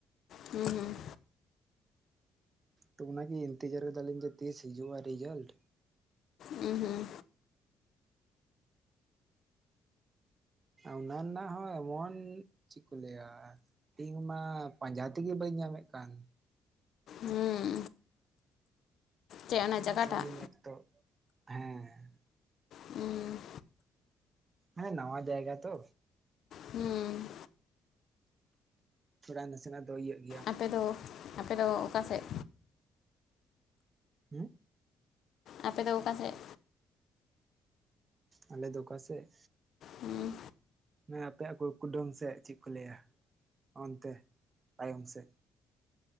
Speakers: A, on the left (about 70°); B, on the right (about 35°).
A: ᱦᱮᱸ ᱦᱩᱸ
B: ᱚ ᱚᱱᱟᱜᱮ ᱤᱱᱛᱮᱡᱟᱨ ᱠᱟᱟᱞᱤᱧ ᱡᱮ ᱛᱤᱥ ᱦᱤᱡᱩᱜᱼᱟ, ᱨᱮᱡᱟᱞᱴ?
A: ᱦᱩᱸ ᱦᱩᱸ
B: ᱚᱱᱟ ᱨᱮᱱᱟᱜ ᱦᱚᱸ ᱮᱢᱚᱱ ᱪᱮᱫ ᱠᱚ ᱞᱟᱹᱭᱟ ᱛᱮᱦᱤᱧ ᱢᱟ ᱯᱟᱸᱡᱟ ᱛᱮᱜᱮ ᱵᱟᱹᱧ ᱧᱟᱢᱮᱫ ᱠᱟᱱ
A: ᱦᱩᱸ ᱪᱮᱫ ᱚᱱᱟ
B: ᱩᱱᱟᱹᱜ
A: ᱡᱟᱭᱜᱟᱴᱟᱜ
B: ᱥᱟᱺᱜᱤᱧ ᱮᱠ ᱛᱚ ᱦᱮᱸ
A: ᱦᱩᱸ
B: ᱦᱮᱸ ᱱᱟᱣᱟ ᱡᱟᱭᱜᱟ ᱛᱚ᱾
A: ᱦᱩᱸ
B: ᱛᱷᱚᱲᱟ ᱱᱟᱥᱱᱟᱜ ᱫᱚᱭ ᱤᱭᱟ
A: ᱟᱯᱮᱫᱚ ᱟᱯᱮᱫᱚ ᱚᱠᱟ ᱥᱮᱫ?
B: ᱦᱮᱸ
A: ᱟᱯᱮ ᱫᱚ ᱚᱠᱟ ᱥᱮᱫ?
B: ᱟᱞᱮ ᱫᱚ ᱚᱠᱟ ᱥᱮᱫ᱾
A: ᱦᱩᱸ
B: ᱢᱟᱱ ᱟᱯᱮᱭᱟᱜ ᱠᱩᱰᱟᱢ ᱥᱮᱫ ᱪᱮᱫ ᱠᱚ ᱞᱟᱹᱭᱟ ᱚᱱᱛᱮ ᱛᱟᱭᱚᱢ ᱥᱮᱫ